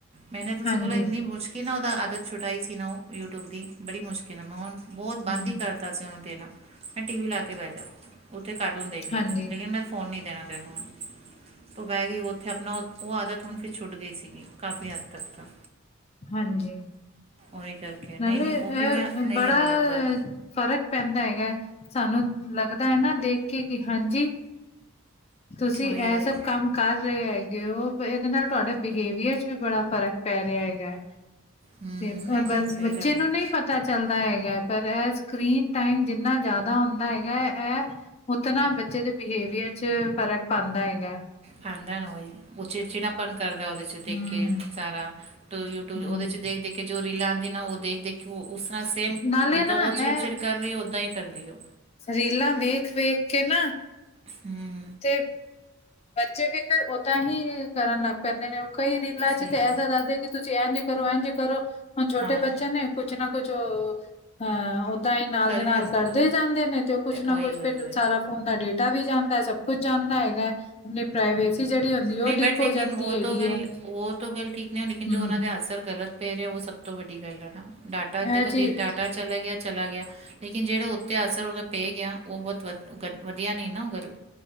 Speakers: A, on the right; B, on the left.
A: ਮੈਨੇ ਤੁਸੀਂ
B: ਹਾਂਜੀ,
A: ਬੋਲ ਇੰਨੀ ਮੁਸ਼ਕ ਕਿੰਨਾ ਉਹਦਾ ਆਦਤ ਛੁਟਾਈ ਸੀ ਨਾ ਉ ਯੂਟਿਊਬ ਦੀ ਬੜੀ ਮੁਸ਼ਕਿਲ ਨਾਲ ਮੈਂ ਹੁਣ ਬਹੁਤ
B: ਹੂੰ,
A: ਬੰਦ ਹੀ ਕਰਤਾ ਸੀ ਉਹਨੂੰ ਦੇਣਾ ਮੈਂ ਟੀ ਵੀ ਲਾਕੇ ਬੈਜਾ। ਉੱਥੇ ਕਾਰਟੂਨ ਦੇਖ ਲੈ
B: ਹਾਂਜੀ,
A: ਤੂੰ ਲੇਕਿਨ ਮੈਂ ਫੋਨ ਨਹੀਂ ਦੇਣਾ ਤੈਨੂੰ ਹੁਣ। ਤੋਂ ਬੈ ਗਈ ਉੱਥੇ ਆਪਣਾ ਉਹ ਆਦਤ ਹੁਣ ਫਿਰ ਛੁੱਟ ਗਈ ਸੀਗੀ ਕਾਫੀ ਹੱਦ ਤੱਕ ਤਾਂ।
B: ਹਾਂਜੀ,
A: ਉਹੀ ਕਰਕੇ ਨਹੀਂ
B: ਮਤਲਬ
A: ਨਹੀਂ ਉਹ ਕਿਵੇਂ
B: ਅ
A: ਨਹੀਂ
B: ਬੜਾ
A: ਹੈ ਬਰਾਬਰ
B: ਫ਼ਰਕ ਪੈਂਦਾ ਹੈਗਾ ਸਾਨੂੰ ਲੱਗਦਾ ਹੈਨਾ ਦੇਖ ਕੇ ਕਿ ਹਾਂਜੀ ਤੁਸੀਂ
A: ਉਹੀ
B: ਇਹ
A: ਉਹੀ
B: ਸਭ ਕੰਮ ਕਰ ਰਹੇ ਹੈਗੇ ਹੋ ਇਹਦੇ ਨਾਲ ਤੁਹਾਡੇ ਬਿਹੇਵੀਅਰ ਚ ਵੀ ਬੜਾ ਫ਼ਰਕ ਪੈ ਰਿਹਾ ਹੈਗਾ
A: ਹਮ
B: ਤੇ <unintelligible>
A: ਨਹੀਂ ਨਹੀਂ ਸਹੀ ਗੱਲ ਹੈ
B: ਨਹੀਂ ਪਤਾ ਚੱਲਦਾ ਹੈਗਾ ਪਰ ਏ ਸਕਰੀਨ ਟਾਈਮ ਜਿੰਨਾ ਜ਼ਿਆਦਾ ਹੁੰਦਾ ਹੈਗਾ ਏ ਉਥੇ ਨਾ ਬੱਚੇ ਦੇ ਬਿਹੇਵੀਅਰ ਚ ਫਰਕ ਪਉਦਾ ਹੈਗਾ।
A: ਖਾਂਦਾ ਨਾ ਉਹੀ, ਚਿੜ ਚਿੜਪਨ ਕਰਦਾ ਉਹਦੇ ਚ ਦੇਖ
B: ਹੂੰ,
A: ਕੇ ਸਾਰਾ। ਯੂਟਿਊਬ
B: ਹੂੰ
A: ਉਹਦੇ ਚ ਦੇਖ-ਦੇਖ ਕੇ ਜੋ ਰੀਲਾਂ ਆਂਦੀਆਂ ਨਾ ਉਹ ਦੇਖ-ਦੇਖ ਕੇ ਕਿ ਉਹ ਉਸਰ੍ਹਾਂ ਸੇਮ
B: ਨਾਲੇ
A: ਜਿੱਦਾਂ
B: ਨਾ
A: ਉਹ
B: ਇਹ
A: ਚਿੜ-ਚਿੜ ਕਰ ਰਹੀ ਉਦਾਂ ਹੀ ਕਰਦੀ ਔ।
B: ਰੀਲਾਂ ਵੇਖ-ਵੇਖ ਕੇ ਨਾ
A: ਹੂੰ।
B: ਤੇ ਬੱਚੇ ਵੀ ਫਿਰ ਓਦਾਂ ਹੀ ਕਰਨ ਲੱਗ ਪੈਂਦੇ ਨੇ, ਕਈ ਰੀਲਾਂ ਚ
A: ਸਹੀ
B: ਤਾਂ
A: ਗੱਲ
B: ਐਸਾ ਦੱਸਦੇ ਕਿ ਤੁਸੀਂ ਇਹਜ ਕਰੋ ਇਹਂਜ ਕਰੋਂ ਛਟੇ
A: ਹਾਂ
B: ਬੱਚੇ ਨੇ ਕੁਛ ਨਾ ਕੁਛ ਅ ਤਾਹੀ ਨਾਲ
A: ਕਰ
B: ਦੇ
A: ਹੀ
B: ਨਾਲ
A: ਲੈਂਦੇ
B: ਕਰਦੇ ਜਾਂਦੇ ਨੇ ਤੇ ਉਹ ਕੁਛ ਨਾ
A: ਉਹੀ
B: ਕੁੱਛ
A: ਉਹੀ
B: ਫੇਰ
A: ਉਹੀ
B: ਸਾਰਾ ਫੋਨ ਦਾ ਡੇਟਾ ਵੀ ਜਾਂਦਾ ਹੈ ਸਭ ਕੁਛ ਜਾਂਣਦਾ ਹੈਗਾ। ਪ੍ਰਾਈਵੇਸੀ ਜਿਹੜੀ ਹੁੰਦੀ ਉਹ
A: ਨਹੀਂ
B: ਲੀਕ
A: ਬਟ
B: ਹੋ
A: ਲੇਕਿਨ
B: ਜਾਂਦੀ
A: ਉਹ
B: ਹੈਗੀ
A: ਤੋਂ ਗੱਲ
B: ਹੈ
A: ਉਹ ਤੋਂ ਗੱਲ ਠੀਕ ਨੇ ਲੇਕਿਨ ਜੋ
B: ਹਮ
A: ਉਨਾਂ ਦੇ ਅਨਸਰ ਗਲਤ ਪੈ ਰਿਹਾ ਉਹ ਸਭ ਤੋਂ ਵੱਡੀ ਗੱਲ ਹੈ ਨਾ ਡਾਟਾ
B: ਇਹ
A: ਦੇਖੋ
B: ਚੀਜ਼
A: ਡਾਟਾ ਚਲਾ ਗਿਆ ਚਲਾ ਗਿਆ। ਲੇਕਿਨ ਜਿਹੜਾ ਉੱਤੇ ਅਸਰ ਉਹਦਾ ਪੈ ਗਿਆ ਉਹ ਬਹੁਤ ਵਧ- ਵਧੀਆ ਨਹੀਂ ਨਾ ਉਹ ਗੱਲ।